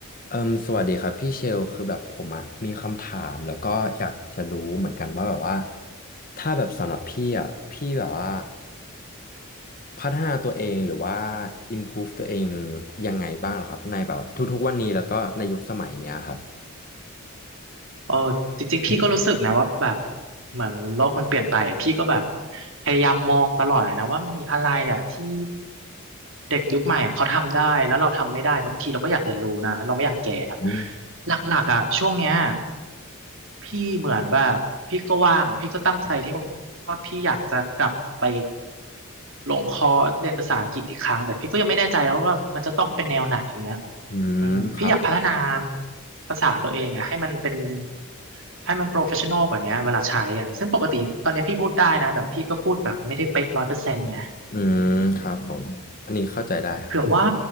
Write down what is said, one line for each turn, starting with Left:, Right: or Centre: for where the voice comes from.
Left: เอิมสวัสดีครับพี่เชลคือแบบผมอะมีคำถามแล้วก็อยากจะรู้เหมือนกันว่าแบบว่าถ้าแบบสำหรับพี่อะพี่แบบว่าพัฒนาตัวเองหรือว่า improve ตัวเองยังไงบ้างเหรอครับในแบบทุกๆวันนี้แล้วก็ในยุคสมัยเนี้ยครับ
Right: เออจริงๆพี่ก็รู้สึกนะว่าแบบเหมือนโลกมันเปลี่ยนไปพี่ก็แบบพยายามมองตลอดนะว่ามันมีอะไรอ่ะที่เด็กยุคใหม่เขาทำได้แล้วเราทำไม่ได้บางทีเราก็อยากเรียนรู้นะเราไม่อยากแก่อะ
Left: อืม
Right: หลักๆอ่ะช่วงเนี้ยพี่เหมือนแบบพี่ก็ว่างพี่ก็ตั้งใจที่ว่าพี่อยากจะกลับไปลงคอร์สเรียนภาษาอังกฤษอีกครั้งแต่พี่ก็ยังไม่แน่ใจแล้วว่ามันจะต้องเป็นแนวไหนอย่างเงี้ย
Left: อืมครับ
Right: อืมพี่อยากพัฒนาภาษาตัวเองอะให้มันเป็นให้มันโปรเฟชชั่นอลกว่านี้เวลาใช้อ่ะซึ่งปกติตอนนี้พี่พูดได้นะแต่พี่ก็พูดแบบไม่ได้เป๊ะร้อยเปอร์เซ็นต์ไง
Left: อืมครับผมอันนี้เข้าใจได้ครับ
Right: เผื่อว่า